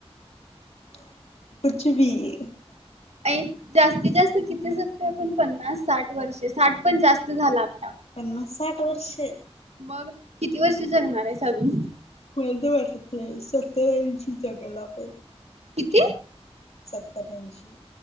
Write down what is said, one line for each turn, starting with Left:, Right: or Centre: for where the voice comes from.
Left: <unintelligible>
Right: अई जास्तीत जास्त कितीे जगतो आपण पन्नास साठ वर्षे साठ पण जास्त झाला आता.
Left: पन्नास साठ वर्षे.
Right: मग किती वर्ष जगणार आहेस अजून?
Left: मला तर वाटते सत्तरा इंशी जगायला पाही
Right: किती
Left: सत्तर, ऐंशी.